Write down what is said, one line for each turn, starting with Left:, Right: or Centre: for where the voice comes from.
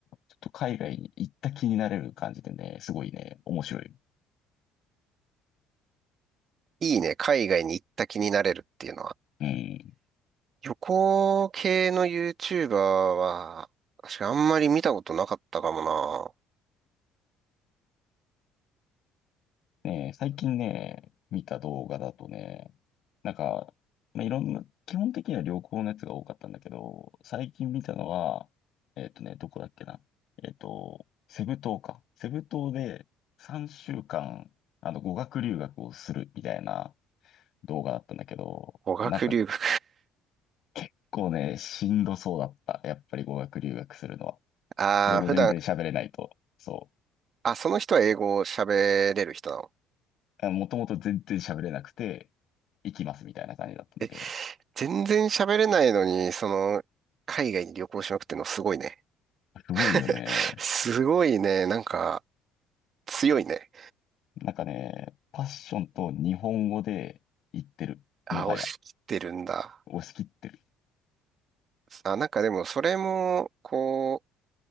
Left: ちょっと海外に行った気になれる感じでね、すごいね、面白い。
Right: いいね、海外に行った気になれるっていうのは。
Left: うん。
Right: 旅行系の YouTuber は、確かあんまり見たことなかったかもな。
Left: ねえ、最近ね、見た動画だとね、なんか、まあ、いろんな、基本的には旅行のやつが多かったんだけど、最近見たのは、えっとね、どこだっけな。えっと、セブ島か。セブ島で3週間、あの、語学留学をするみたいな動画だったんだけど、
Right: 語学留学。
Left: なんか結構ね、しんどそうだった。やっぱり語学留学するのは。
Right: ああ、
Left: 英語全然喋れないと。
Right: 普段
Left: そ
Right: あ、その人は英語を喋れる人なの。
Left: う。もともと全然喋れなくて、行きますみたいな感じだったんだけど。
Right: え、全然喋れないのに、その、海外に旅行しまくってんのすごいね。
Left: すごいよね。
Right: <laughs> すごいね。なんか、強いね。
Left: なんかね、パッションと日本語で言ってる。
Right: あ、
Left: もはや。
Right: 押し切ってるんだ。
Left: 押し切ってる。
Right: あ、なんかでも、それも、こ